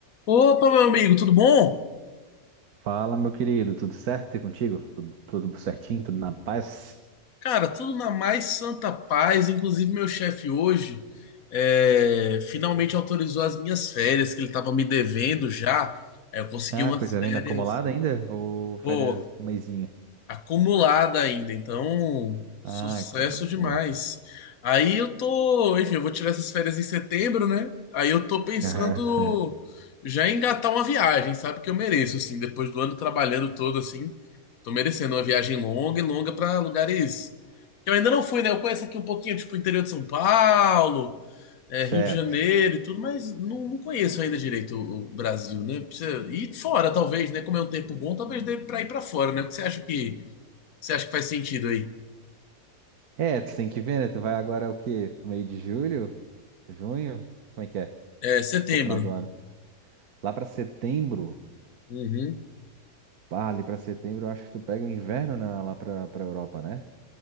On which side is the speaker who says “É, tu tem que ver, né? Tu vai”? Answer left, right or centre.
Right